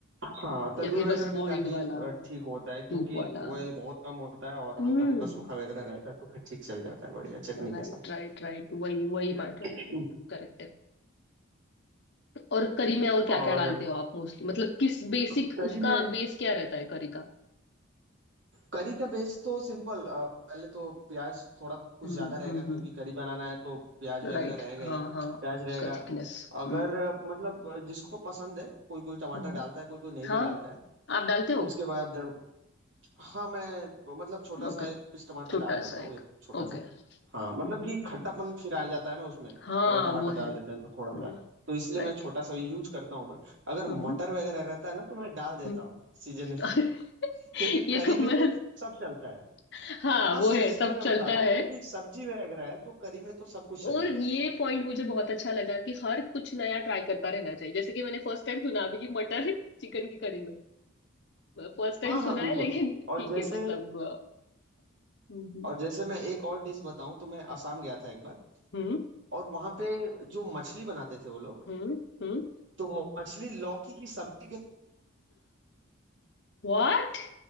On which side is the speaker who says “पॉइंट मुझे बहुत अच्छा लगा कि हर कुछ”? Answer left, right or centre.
Left